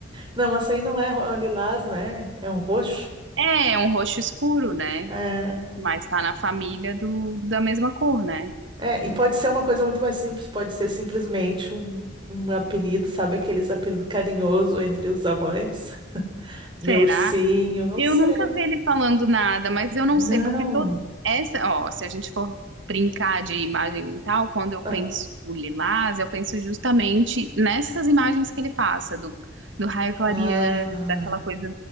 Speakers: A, on the right; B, on the right.
A: não, açaí não é ro- lilás, né, é um roxo,
B: É, é um roxo escuro, né?
A: é,
B: Mas tá na família do, da mesma cor, né?
A: é, e pode ser uma coisa muito mais simples, pode ser simplesmente um, um apelido, sabe, aqueles apelidos carinhoso entre os amantes, <laughs>
B: Será?
A: meu ursinho, não
B: Eu
A: sei.
B: nunca vi ele falando nada, mas eu não
A: Não.
B: sei porque todo essa, ó, se a gente for brincar de imagem e tal, quando eu
A: Ah,
B: penso no Lilás, eu penso justamente nessas imagens que ele passa do, do raio clareando,
A: ah,
B: daquela coisa,